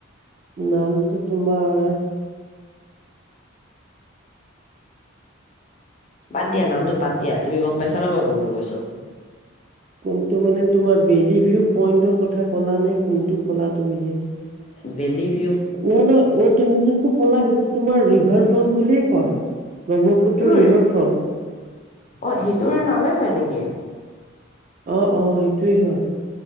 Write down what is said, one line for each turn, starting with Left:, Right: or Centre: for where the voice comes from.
Right: নামটো তোমাৰ।
Left: বাদ দিয়া নামটো বাদ দিয়া তুমি গম পাইছা ন মই কোনটো কৈছো।
Right: কোনটো মানে তোমাৰ বেলি ভিউ পইণ্ন্টৰ কথা ক'লা নে কোনটো ক'লা তুমি হেৰে।
Left: বেলেলি
Right: নহ নহয় অ তুমি যোনটো ক'লা সেইটো তোমাৰ ৰিভাৰ ফ্ৰন্ট বুলিয়ে কয় ব্ৰহ্মপুত্ৰ
Left: সেইটোৰ
Right: ৰিভাৰ ফ্ৰণ্ট
Left: অ' সেইটোৰ নামেই হয় নেকি?
Right: অ' অ' সেইটোৱে হয়।